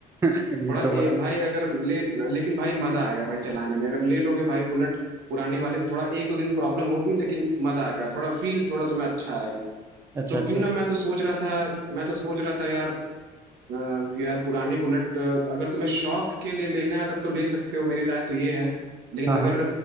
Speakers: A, on the right; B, on the right.
A: <laughs> ये
B: थोड़ा ए,
A: तो बड़ा
B: भाई अगर ले लेकिन भाई मजा आएगा भाई चलाने में अगर ले लोगे भाई बुलेट पुराने वाले थोड़ा एक दो दिन प्रॉब्लम होगी लेकिन मजा आएगा थोड़ा फील थोड़ा तुम्हें अच्छा आएगा
A: अच्छा
B: तो
A: अच्छा
B: क्यों ना मैं तो सोच रहा था मैं तो सोच रहा था यार अ, कि यार पुरानी बुलेट अ, अगर तुम्हें शौक के लिए लेना है तब तो ले सकते हो मेरी राय तो ये है लेकिन
A: हाँ
B: अगर
A: हाँ